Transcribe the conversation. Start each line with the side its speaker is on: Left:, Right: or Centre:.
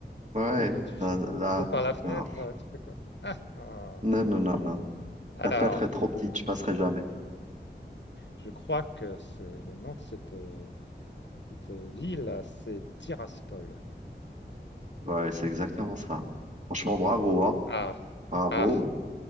Right: ouais,
Left: Qu'est-ce que tu fais?
Right: ça, là,
Left: Tu sautes par
Right: ça
Left: la
Right: fait
Left: fenêtre,
Right: peur.
Left: euh, tu fais quoi? Ah, ah.
Right: Non, non, non, non.
Left: Alors,
Right: La fenêtre est trop petite, je passerai jamais.
Left: Je crois que ce- le nom de cette, euh, cette ville, là, c'est Tiraspol.
Right: Ouais, c'est exactement ça. Franchement, bravo, hein.
Left: Ah,
Right: Bravo.
Left: ah,